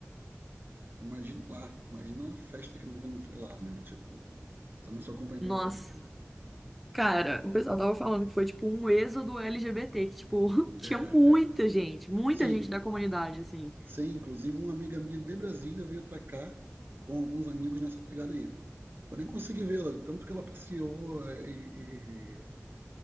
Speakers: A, on the right; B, in the centre.
A: Imagino lá, imagina a festa que não, que não foi lá, né? Tipo, também só acompanhei
B: Nossa,
A: pela TV.
B: cara, o pessoal tava falando que foi tipo um êxodo LGBT, que tipo, <laughs> tinha
A: É,
B: muita
A: é.
B: gente, muita
A: Sim,
B: gente da comunidade, assim.
A: sim. Inclusive, uma amiga minha de Brasília veio pra cá com alguns amigos nessa pegada aí. Eu nem consegui vê-la, tanto que ela passeou é, e, e-